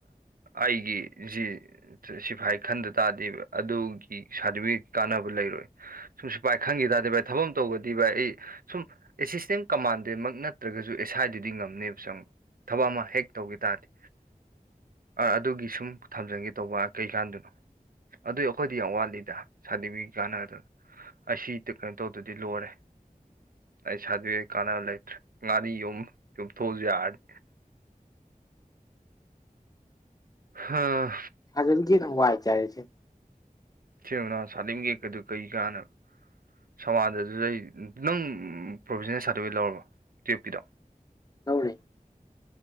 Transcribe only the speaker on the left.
ꯁꯥꯔꯇꯤꯐꯤꯀ‌ꯦꯠ ꯅ ꯋꯥꯏ ꯆꯥꯏꯔ‌ꯦꯁ‌ꯦ
ꯂꯧꯔꯦ